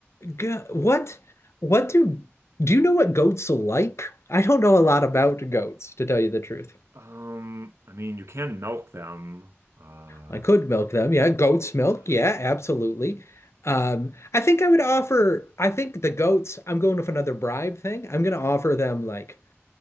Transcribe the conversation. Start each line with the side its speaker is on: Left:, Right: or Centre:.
Left: Go what what do do you know what goats are like? I don't know a lot about goats, to tell you the truth.
Right: Um, I mean, you can milk them. Uh,
Left: I could milk them. Yeah, goat's milk.
Right: uh,
Left: Yeah, absolutely. Um, I think I would offer, I think the goats, I'm going with another bribe thing. I'm going to offer them like